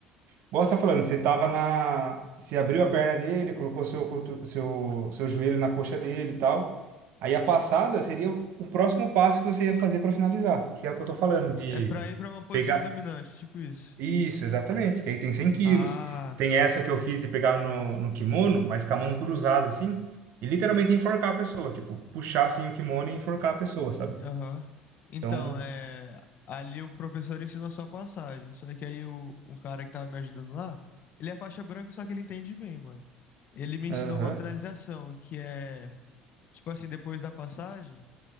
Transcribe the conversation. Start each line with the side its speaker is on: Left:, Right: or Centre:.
Right: Igual você tá falando, você tava na, você abriu a perna dele, colocou seu cotu- seu seu joelho na coxa dele e tal. Aí a passada seria o próximo passo que você ia fazer para finalizar, que é o que eu tô falando de
Left: É pra ir pra uma posição
Right: pegar
Left: dominante, tipo isso.
Right: Isso, exatamente. Que aí tem cem quilos.
Left: Ah,
Right: Tem essa que eu fiz de pegar no, no kimono, mas com a mão cruzada, assim, e literalmente enforcar a pessoa. Tipo, puxar, assim, o kimono e enforcar a pessoa, sabe?
Left: aham. Então,
Right: Então,
Left: é. Ali o professor ensina só passagem. Só que aí o, um cara que tava me ajudando lá, ele é faixa branca, só que ele entende bem, mano. Ele me ensinou
Right: aham,
Left: uma finalização, que é, tipo assim, depois da passagem,